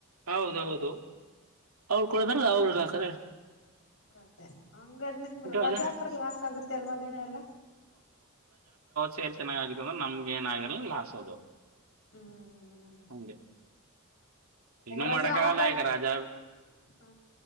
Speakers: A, on the right (about 85°); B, on the left (about 70°).
A: ಹೌದೌದು ಅವರು ಕೊಡತಾರ ಅವ್ರಗ ಹಾಕದ್ರ
B: ಕದೆ ಹಂಗ್ರ ನಿಂಗ ರಜಾ
A: ಅದ
B: ಅಕ್ರ ಗ ಲಾಸ್ ಆಗುತ್ತೆ ಅಲ್ವ ದಿನ ಎಲ್ಲ
A: ಸೇರ್ ಚೆನ್ನಾಗಿಗತ್ತು ಅಂದ್ರ ನಮಗೆ ಏನ ಆಗರಲ್ಲ ಲಾಸ್ ಅದೊ
B: ಹ್ಮ್
A: ಹಂಗೆ ಏನು
B: ರಜಾ
A: ಮಾಡಕ
B: ಹಾಕಲ್
A: ಆಗಲ್ಲ ಈಗ ರಾಜ
B: ಹ